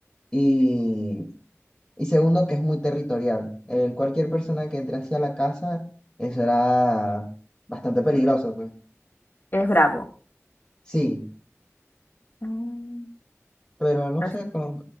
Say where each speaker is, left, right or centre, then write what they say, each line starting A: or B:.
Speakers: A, on the left (about 15°); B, on the left (about 40°).
A: Y Y segundo, que es muy territorial. El, cualquier persona que entre hacia la casa, eso era bastante peligroso, pues.
B: Es bravo.
A: Sí,
B: Mm.
A: pero no
B: As-
A: sé, con,